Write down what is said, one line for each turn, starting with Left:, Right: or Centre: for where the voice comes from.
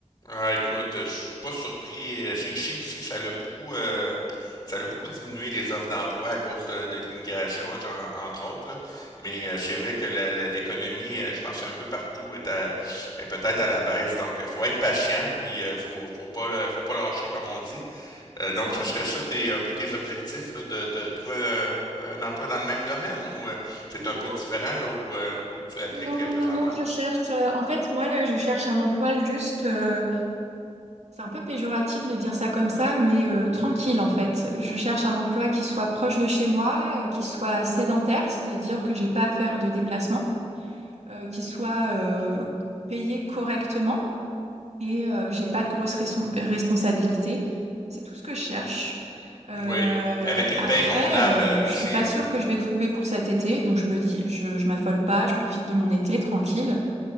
Left: Ah, écoute, euh, je suis pas surpris. Euh, C'est ici aussi, ça l'a beaucoup, euh, ça l'a beaucoup diminué les offres d'emploi à cause de, de l'immigration, en- entre autres, là. Mais euh, c'est vrai que la- la- l'économie, euh, je pense, que c'est un peu partout est, à- est peut-être à la baisse. Donc, euh, faut être patient, puis euh, faut, faut pas, le- faut pas lâcher, comme on dit. Euh,
Right: C'est
Left: donc,
Right: ça.
Left: ça serait ça, tes, un peu tes objectifs, là, de, de trouver euh, un, emploi dans le même domaine, ou euh, c'est
Right: Non,
Left: un peu différent là où, euh, où tu appliques
Right: non,
Left: euh, présentement?
Right: non, non, je cherche. euh, en fait, moi, là, je cherche un emploi juste. euh, c'est un peu péjoratif de dire ça comme ça, mais euh, tranquille, en fait. Je cherche un emploi qui soit proche de chez moi, euh, qui soit sédentaire, c'est-à-dire que j'ai pas à faire de déplacement. euh, qui soit euh, payé correctement et euh, que j'ai pas de grosses raison- responsabilités. C'est tout ce que je cherche. Euh,
Left: Oui, avec une
Right: après,
Left: paye convenable
Right: euh,
Left: euh, aussi,
Right: je suis pas
Left: là.
Right: sûre que je vais trouver pour cet été, donc je me dis, je, je m'affole pas, je profite de mon été tranquille.